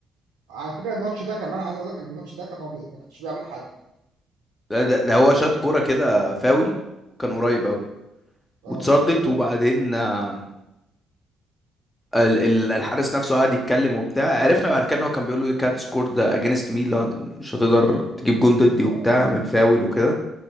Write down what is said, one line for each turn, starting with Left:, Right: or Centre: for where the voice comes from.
Right: على فكره الماتش ده كمان عايز اقول لك ان الماتش ده كان ابيض ما كانش بيعمل حاجه
Left: ده, ده, ده هو شاط كورة كده فاول وكان قريب قوي
Right: اه
Left: واتصدت وبعدين آه، ال- ال- الحارس نفسه قعد يتكلم وبتاع عرفنا بعد كده ان هو كان بيقول له you can't score the against me لو أنت مش هتقدر تجيب جون ضدي وبتاع
Right: اه
Left: من فاول وكده